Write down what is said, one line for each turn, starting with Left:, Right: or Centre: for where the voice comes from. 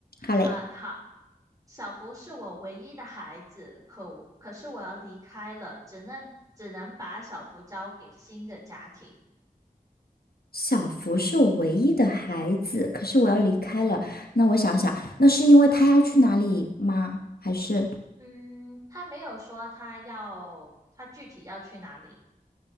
Left: 好嘞，
Right: 啊、好，小福是我唯一的孩子，可我可是我要离开了，只能只能把小福交给新的家庭。
Left: 小福是我唯一的孩子，可是我要离开了。那我想想，那是因为他要去哪里吗？还是？
Right: 嗯，他没有说他要他具体要去哪里，